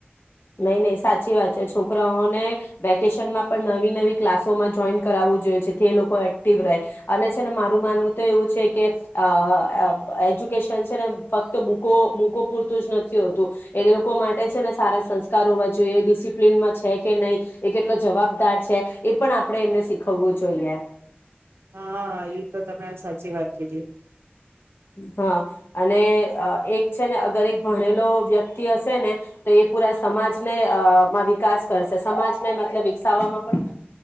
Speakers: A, on the left; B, on the right.
A: નહી નહી સાચી વાત છે છોકરાઓને વેકેશનમાં પણ નવી નવી ક્લાસોમાં જોઈન કરાવવું જોઈએ છે એ લોકો એક્ટિવ રહે. અને છે ને મારું માનવું તો એવું છે કે અ એજ્યુકેશન છે ને ફક્ત બુકો બુકો પૂરતું જ નથી હોતું એ લોકો માટે છે ને સારા સંસ્ કાર હોવા જોઈએ ડિસિપ્લનમાં છે કે નહી એ કેટલો જવાબદાર છે એ પણ આપણે એમને શીખવવું જોઈએ.
B: હા ઈ તો તમે સાચી વાત કીધી.
A: હા અને એક છે ને અગર એક ભણેલો વ્યક્તિ હશે ને તો એ પૂરા સમાજને અમાં વિકાસ કરશે. સમાજને મતલબ વિકસાવવામાં પણ